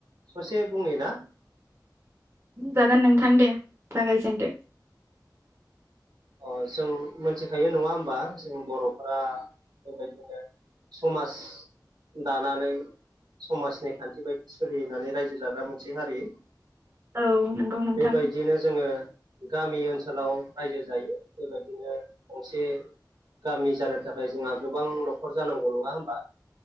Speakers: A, on the right; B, on the right.
A: ससे बुंनि ना?
B: जागोन नोंथां दे। जागायजेनदो।
A: अ जों मिथिखायो नङा होमबा जों बर'फोरा बेबायदिनो समाज दानानै समाजनि खान्थि बायदि सोलिनानै रायजो जाग्रा मोनसे हारि।
B: औ नंगौ नोंथां
A: बेबायदिनो जोङो गामि ओनसोलाव रायजो जायो बेबायदिनो गंसे गामि जानो थाखाय जोंहा गोबां न'खर जानांगौ नङा होमबा?